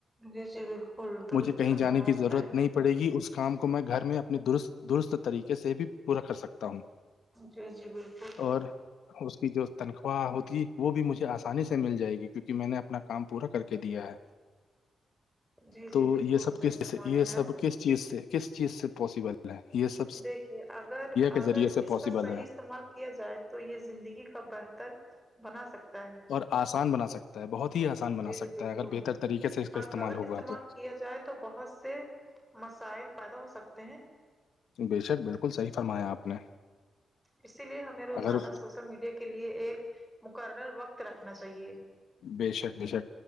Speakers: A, in the centre; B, on the left.
A: جی جی بالکل درست
B: مجھے کہیں
A: فرمایا
B: جانے کی
A: آپ
B: ضرورت
A: نے
B: نہیں پڑے گی اس کام کو میں گھر میں اپنے درست درست طریقے سے بھی پورا کر سکتا ہوں
A: جی جی بالکل
B: اور اس کی جو تنخواہ ہوتی ہے وہ بھی مجھے آسانی سے مل جائے گی کیونکہ میں نے اپنا کام پورا کر کے دیا ہے
A: جی
B: تو
A: جی بالکل
B: یہ سب
A: صحیح
B: کس
A: فرما
B: یہ
A: رہے ہیں
B: سب کس چیز سے کس چیز سے پاسبل ہے یہ سب
A: دیکھیے اگر
B: کے
A: اگر
B: ذریعے سے
A: اس
B: پاسبل
A: کا صحیح
B: ہے
A: استعمال کیا جائے تو یہ زندگی کا بہتر بنا سکتا ہے
B: اور آسان بنا سکتا ہے بہت ہی آسان بنا
A: جی جی
B: سکتا
A: بالکل
B: ہے اگر بہتر طریقے سے اس کا
A: اور
B: استعمال
A: غلط
B: ہوگا تو
A: کیا جائے تو بہت سے مسائل پیدا ہو سکتے ہیں
B: بے شک بالکل صحیح فرمایا آپ نے
A: اسی لیے ہمیں روزانہ
B: اگر
A: سوشل میڈیا کے لیے ایک مقرر وقت رکھنا چاہیے
B: بے شک بے شک